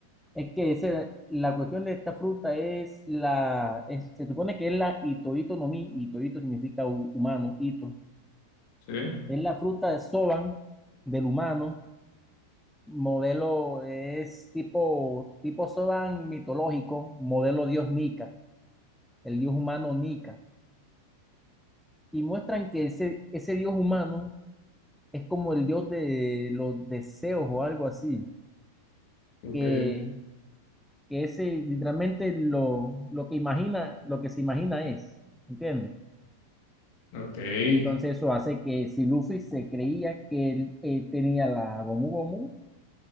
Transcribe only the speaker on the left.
Sí.
Ok,
ok.